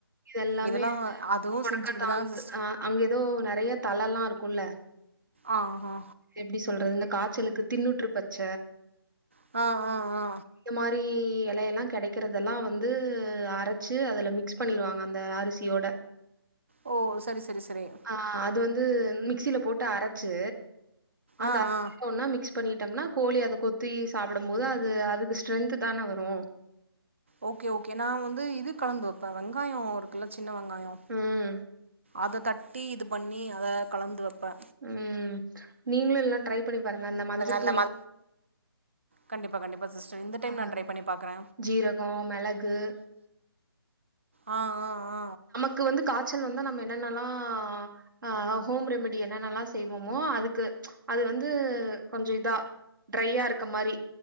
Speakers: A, on the right; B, on the right.
A: இதெல்லாமே
B: இதெல்லா
A: அந்த
B: அதுவு
A: முடக்காத்தா
B: செஞ்சுக்கிட்டு தா சிஸ்
A: அ அங்க எதோ நெறைய தழலா இருக்குல்ல
B: ஆ ஹா
A: எப்டி சொல்றது இந்த காய்ச்சலுக்கு தின்னூற்று பச்ச
B: ஆ ஆ ஆ
A: இந்த மாரி எலயெல்லா கெடைக்கறதெல்லா வந்து அர ச்சு அதுல மிக்ஸ் பண்ணிடுவாங்க அந்த அரிசியோட
B: ஓ செரி செரி செரி
A: அ அது வந்து மிக்சில போட்டு அரச்சு அந்த
B: ஆ
A: <inaudible>
B: ஆ
A: மிக்ஸ் பண்ணிடம்னா கோழி அத கொத்தி சாப்டும்போது அது அதுக்கு ஸ்ட்ரென்த் தான வரு
B: ஓகே ஓகே நா வந்து இது கலந்து வெப்பே வெங்காயோ இருக்குல சின்ன வெங்காயோ
A: ம்,
B: அத தட்டி இது பண்ணி அத கலந்து வெப்பே
A: உம் நீங்களு எல்லா ட்ரை பண்ணி பாருங்க இந்த மஞ்சத்தூள்
B: அந்த மா கண்டிப்பா கண்டிப் <unintelligible> இந்த டைம்
A: ஆ
B: நா ட்ரை பண்ணி பாக்குற
A: ஜீரகம், மிளகு
B: ஆ ஆ ஆ
A: க்கு வந்து காய்ச்சல் வந்தா நம்ம என்னென்னல்லா ஆ ஹோம் ரெமிடி என்னன்னலா செய்வமோ அதுக்கு அது வந்து கொஞ்ச இதா ட்ரையா இருக் க மாரி